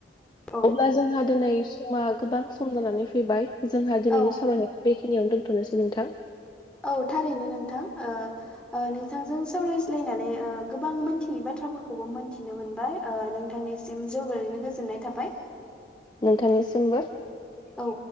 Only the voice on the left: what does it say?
अब्ला जोंहा दिनै समा गोबां सम जानानै फैबाय जोंहा दिनैनि
सावरायनाय बेखिनियाव दोनथ'नोसै नोंथां
नोंथांनिसिमबो